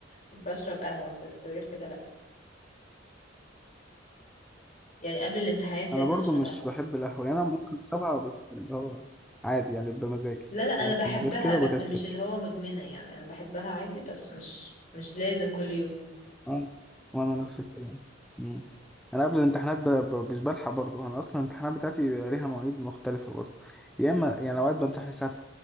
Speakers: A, on the left; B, in the centre.
A: بشرب قهوة بس غير كده لأ يعني قبل الامتحانات لازم
B: انا برضه
A: أشرب
B: مش
A: قهوة
B: بحب القهوة يعني انا ممكن اشربها بس اللي هو عادي يعني بمزاجي
A: لا لا أنا
B: لكن
A: بحبها
B: غير كده
A: بس
B: بكسل
A: مش اللي هو مدمنة يعني أنا بحبها عادي بس مش مش لازم كل يوم
B: اه وانا نفس الكلام مم. انا قبل الامتحانات ب... ب... مش بلحق برضه انا اصلا الامتحانات بتاعتي بيبقى ليها مواعيد مختلفة برضه يا اما يعني اوقات بمتحن الساعة